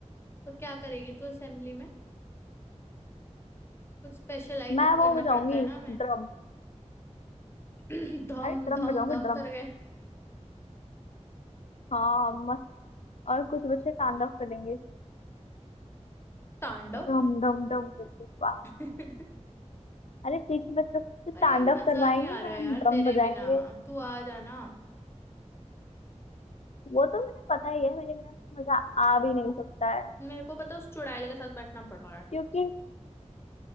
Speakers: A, on the left; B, on the left.
A: तो क्या करेगी तू असेंबली में कुछ स्पेशल आइटम
B: मैं
A: करना
B: वो बजाऊंगी
A: पड़ता है ना हमें
B: ड्रम
A: <clears throat> धम
B: अरे ड्रम
A: धम
B: बजाऊंगी
A: धम
B: ड्रम
A: कर गए
B: हाँ हाँ, मस्त और कुछ बच्चे स्टैंड अप करेंगे
A: तांडव
B: डम डम डम करके वाह
A: <laughs>
B: अरे पीछे बच्चों से स्टैंड
A: पर यार मजा
B: अप करवाएंगे
A: नहीं आ रहा
B: हम
A: यार
B: ड्रम
A: तेरे
B: बजाएंगे
A: बिना तू आ जाना
B: वो तो मुझे पता ही है मेरे बिना तो मजा आ भी नहीं सकता है
A: मेरे को पता उस चुड़ैल के साथ बैठना पड़ रहा है
B: क्योंकि